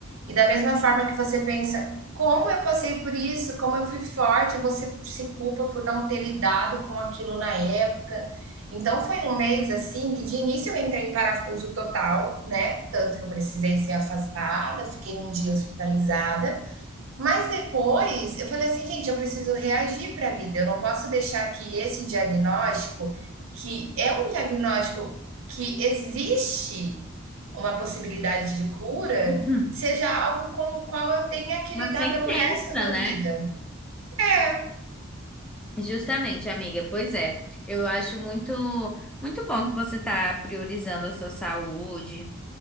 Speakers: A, on the right; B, in the centre.
A: E da mesma forma que você pensa, como eu passei por isso, como eu fui forte, você se culpa por não ter lidado com aquilo na época. Então foi um mês assim que de início eu entrei em parafuso total, né? Tanto que eu precisei ser afastada, fiquei um dia hospitalizada. Mas depois eu falei assim, gente, eu preciso reagir para a vida. Eu não posso deixar que esse diagnóstico, que é um diagnóstico que existe uma possibilidade de cura,
B: <clears throat>
A: seja algo com o qual eu tenha que
B: Uma
A: lidar
B: sentença,
A: pelo resto da
B: né?
A: vida. É.
B: Justamente, amiga. Pois é. Eu acho muito, muito bom que você tá priorizando a sua saúde